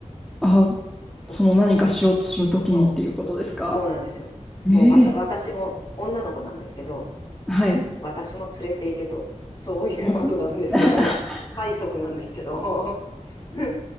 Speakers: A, in the centre; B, on the left.
A: あ、
B: そう、
A: その何かしようとするときにっていうことですか
B: そう、そうなんですよ。
A: ええ、
B: もうわた、私も女の子なんですけど、
A: はい。
B: 私も連れて行けと、そういうことなんですけど、
A: ほう。<laughs>
B: 催促なんですけど、<laughs>